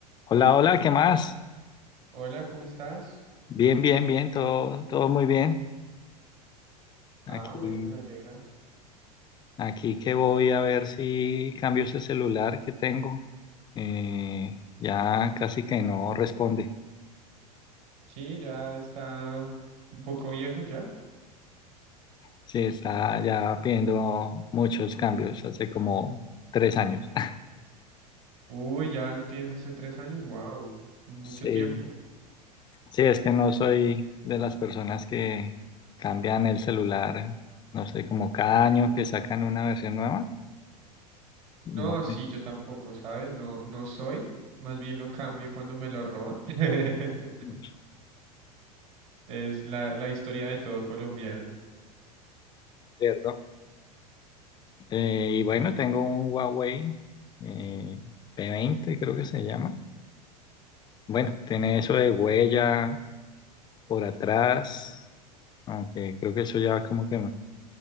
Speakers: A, on the left (about 20°); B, on the right (about 60°).
A: Hola, hola, ¿qué más?
B: Hola, ¿cómo estás?
A: Bien, bien, bien, todo, todo muy bien.
B: Ah,
A: Aquí,
B: bueno, me alegra.
A: aquí que voy a ver si cambio ese celular que tengo. Eh, ya casi que no responde.
B: Sí, ya está un poco viejo ya.
A: Sí, está ya pidiendo muchos cambios, hace como tres años. <laughs>
B: Uy, ya lo tienes hace tres años, wow, mucho
A: Sí,
B: tiempo.
A: sí, es que no soy de las personas que cambian el celular, no sé, como cada año que sacan una versión nueva.
B: No,
A: No
B: sí,
A: sé,
B: yo tampoco, ¿sabes? No, no soy, más bien lo cambio cuando me lo roban. <laughs>
A: <laughs>
B: Es la, la historia de todo colombiano.
A: ¿cierto? Eh, y bueno,
B: Sí.
A: tengo un Huawei eh, p veinte creo que se llama. Bueno, tiene eso de huella por atrás, aunque creo que eso ya como que